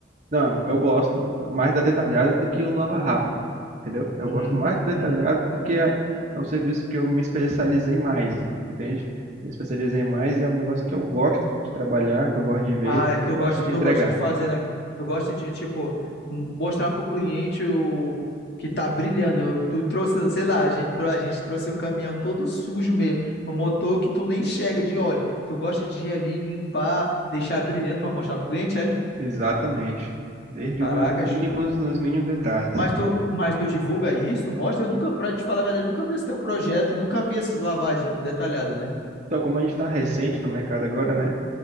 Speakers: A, on the right; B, on the left.
A: Não, eu gosto mais da detalhada do que o lava rápido, entendeu? Eu
B: Uhum,
A: gosto mais do detalhado
B: uhum.
A: porque é, é um serviço que eu me especializei mais, entende? Me especializei mais e é um negócio que eu gosto de trabalhar, que eu gosto de ver,
B: Ah, é que tu
A: gosto
B: gosta,
A: de
B: tu
A: entregar.
B: gosta de fazer, né? Tu gosta de, tipo, m- mostrar pro cliente o que tá brilhando. Tu trouxe, sei lá, a gente, trou- a gente trouxe um caminhão todo sujo mesmo, um motor que tu nem enxerga de óleo. Tu gosta de ir ali, limpar, deixar brilhando pra mostrar pro cliente, é?
A: Exatamente. Desde
B: Caracas.
A: os mínimos nos mínimos detalhes.
B: Mas tu, mas tu divulga isso, mostra. Eu nunca, pra te falar a verdade, nunca vi esse teu projeto e nunca vi essas lavagens detalhadas, né?
A: Então, como a gente está recente no mercado agora, né?